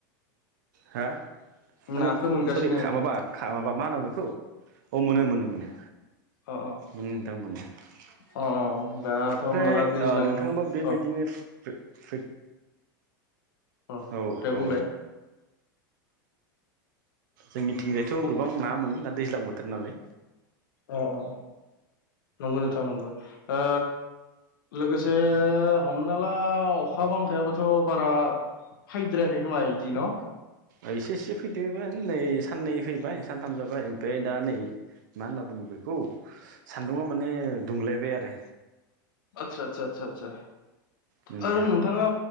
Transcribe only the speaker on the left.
नाखो मोनगासिनो
अ
अ दाथ' हमना ला दैज्लां
अ
अ
दे बुंलाय
बुं
अ अ नंगौ नोंथां नंगौ ओ लोगोसे हमना ला अखा बांखाबोथ' बारा हायद्रायाखै खोमा बिदि न?
आदसा आदसा आदसा आदसा
ओ जे नोंथांङा